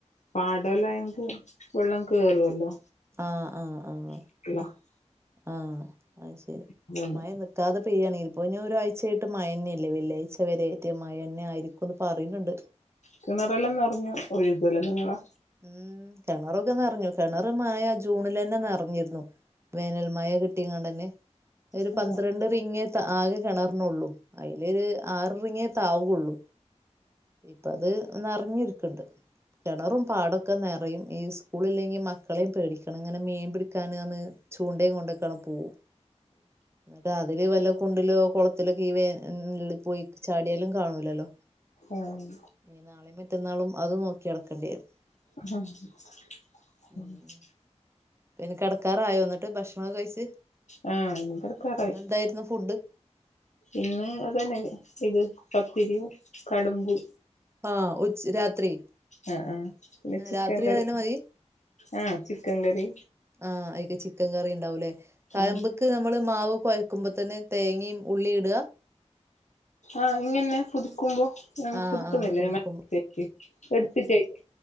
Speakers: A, on the left; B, on the right.
A: പാട ല്ലായേങ്ക് വെള്ളം കേറുവല്ലോ
B: ആഹ് ആഹ് ആഹ്
A: <unintelligible>
B: ആഹ് അത് ശെരി
A: അതുകൊണ്ട്
B: മഴ നി ക്കാതെ പെയ്യാണേൽ ഇപ്പോ ഒരാഴ്ചായിട്ട് മഴന്ന്യെല്ലേ വെള്ളിയാഴ്ച വരെ യ്റ്റ് മഴെന്നായിരിക്കുന്ന് പറിണ് ണ്ട്.
A: കിണറെല്ലം നറഞ്ഞു ഒഴുകൂലെ നിങ്ങളെ
B: ഉം കെണറൊക്കെ നറഞ്ഞു കെണറ് മഴ ജൂണിലെന്നെ നർഞ്ഞിരുന്നു. വേനൽ മഴ കിട്ടിങ്ങാണ്ടെന്നെ. ഒരു
A: ആഹ്
B: പന്ത്രണ്ട് റിങ്ങേ റ്റെ ആകെ കെണറിന്നൊള്ളു അയ്ല് ആറ് റിങ്ങേ താവൊള്ളു. ഇപ്പ ത് നർഞ്ഞിരിക്ക്ണ്ട് കെണറും പാടും ക്കെ നറയും ഈ സ്കൂളില്ലെങ്കി മക്കളിം പേടിക്കണം ഇങ്ങനെ മീൻ പിടിക്കാനാണ് ചൂണ്ടയും കൊണ്ടൊക്കാണ് പോവും. ന്നട്ടാ തില് വല്ലോം കുണ്ടിലോ കൊളത്തിലൊക്കെ ഈ വേ ൻ ല് പോയി ചാട്യാലും കാണൂല്ലല്ലോ.
A: ആഹ്
B: ഇനി നാളെയും മറ്റന്നാളും അത് നോക്കി നടക്കണ്ടി വരും
A: ആഹ് <inaudible>
B: ഉം എന്നിട്ട് കെടക്കാറായോ ന്നിട്ട് ഭക്ഷണൊക്കെ കഴിച്ച്
A: ആഹ് ഇനികിടക്കാറായി
B: ഇന്ന് എന്തായിരുന്നു ഫുഡ്
A: ഇന്ന് അതന്നെ ചെയ്തത് പത്തിരിയും കടുമ്പു
B: ആഹ് ഉച്ച രാത്രി
A: ആ ആ ആ പിന്നെ ചിക്കൻ
B: രാത്രി
A: കറി
B: അതിന് മതി
A: ആ ചിക്കൻ കറി
B: ആഹ് അതിന്റെ ചിക്കൻ കറി ഉണ്ടാവൂല്ലേ കയമ്പ്
A: ആഹ്
B: അതിൽക്ക് നമ്മള് മാവ് കുഴക്കുമ്പോ തന്നെ തേങ്ങയും ഉള്ളിയും ഇടുക
A: ആഹ ങ്ങനെ പുതുക്കുമ്പോ നമുക്ക്
B: ആഹ് ആഹ്
A: <unintelligible>
B: കുതുക്കുമ്പോ
A: എടുത്തിതാക്കി